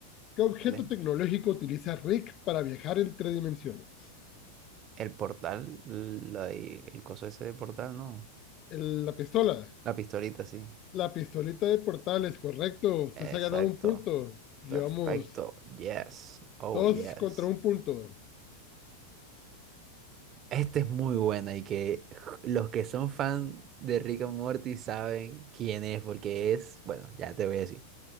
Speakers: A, on the left; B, on the right.
A: ¿Qué objeto
B: Dale.
A: tecnológico utiliza Rick para viajar entre dimensiones?
B: El portal, la- y el coso ese de portal, no.
A: El- la pistola.
B: La pistolita, sí.
A: La pistolita de portales, correcto. Usted
B: Exacto.
A: se ha ganado un punto. Llevamos
B: Perfecto. Yes. Oh,
A: dos
B: yes.
A: contra un punto.
B: Esta es muy buena y que <laughs> los que son fan de Rick and Morty saben quién es, porque es, bueno, ya te voy a decir.